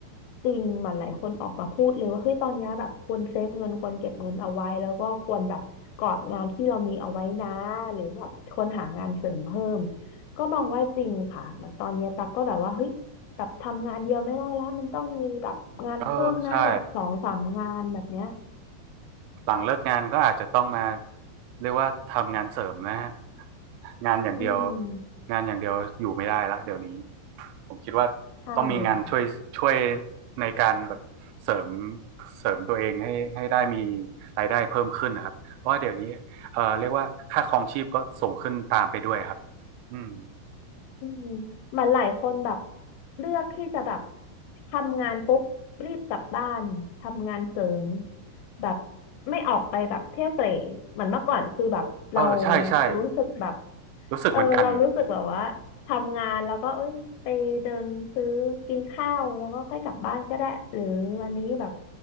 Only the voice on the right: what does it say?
เออใช่หลังเลิกงานก็อาจจะต้องมาเรียกว่าทำงานเสริมนะฮะงานอย่างเดียว
งานอย่างเดียวอยู่ไม่ได้ละเดี๋ยวนี้ ผมคิดว่า
ต้องมีงานช่วยช่วยในการแบบเสริมเสริมตัวเองให้ให้ได้มีรายได้เพิ่มขึ้นนะครับเพราะว่าเดี๋ยวนี้เอ่อเรียกว่าค่าครองชีพก็สูงขึ้นตามไปด้วยครับอืม
เออใช่ใช่
รู้สึกเหมือนกัน